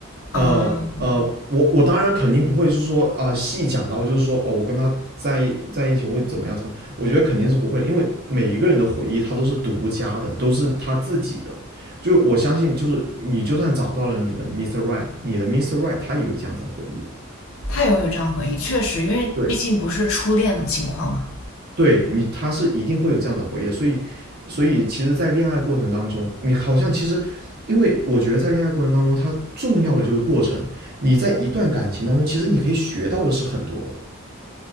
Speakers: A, on the left (about 70°); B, on the right (about 45°).
A: 啊，
B: 呃呃，我我当然肯定不会是说啊，细讲到就是说哦，我跟他在一在一起会怎么样怎么样，我觉得肯定是不会的，因为每一个人的回忆他都是独家的，都是他自己的。就我相信，就是你就算找到了你的 Mr. Right，你的 Mr. Right 他也有这样子的回忆的。
A: 他也会有这样回忆，确实，因为毕竟不是初恋的情况嘛。
B: 对，对你，他是一定会有这样子的回忆的。所以，所以其实，在恋爱过程当中，你好像其实，因为我觉得在恋爱过程当中，它重要的就是过程。你在一段感情当中，其实你可以学到的是很多的。